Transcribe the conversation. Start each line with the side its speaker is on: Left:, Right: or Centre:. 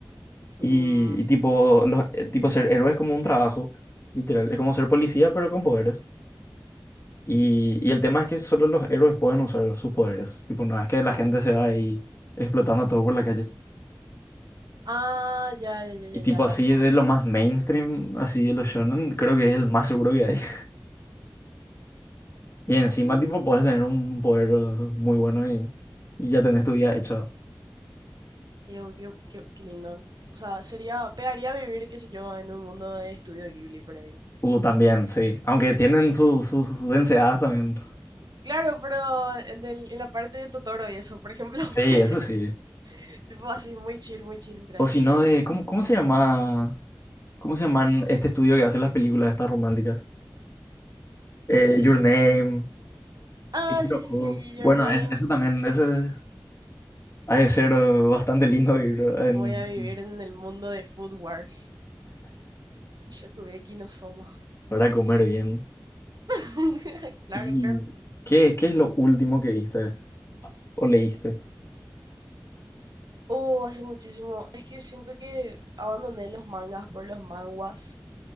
Left: Y,
Right: Mm,
Left: y tipo, los, eh, tipo ser héroe es como un trabajo, literal. Es como ser policía, pero con poderes. Y, y el tema es que solo los héroes pueden usar sus poderes. Tipo, no es que la gente se va ahí explotando todo por la calle.
Right: Ah, ya, ya, ya, ya,
Left: Y tipo,
Right: ya.
Left: así
Right: Es como
Left: de
Right: que
Left: lo más mainstream,
Right: tenés permiso.
Left: así de los shonen, creo que es el más seguro que hay. <laughs> Y encima,
Right: Mm.
Left: tipo, puedes tener un poder muy bueno y, y ya tenés tu vida hecha.
Right: Digo, qué, qué, qué lindo. O sea, sería, pegaría vivir, qué sé yo, en un mundo de estudio Ghibli por ahí.
Left: Uh, también, sí. Aunque tienen su- sus densidades también.
Right: Claro, pero en, el- en la parte de Totoro y eso, por ejemplo. <laughs>
Left: Sí, eso sí.
Right: Tipo así, muy chill, muy chill, tranqui,
Left: O si
Right: tranqui.
Left: no de... ¿Cómo, cómo se llama? ¿Cómo se llaman este estudio que hace las películas estas románticas? Eh,
Right: Eh,
Left: Your Name,
Right: ah,
Left: Kinoko.
Right: sí, sí, sí,
Left: Bueno,
Right: Your Name.
Left: es- eso también, eso es- ha de ser eh, bastante lindo ir en-
Right: Voy a vivir en el mundo de Food Wars. Shokugeki no Soma.
Left: para
Right: Sí.
Left: comer bien.
Right: <laughs> Claro,
Left: ¿Y
Right: claro.
Left: qué, qué es lo último que viste o leíste?
Right: Oh, hace muchísimo. Es que siento que abandoné los mangas por los manguas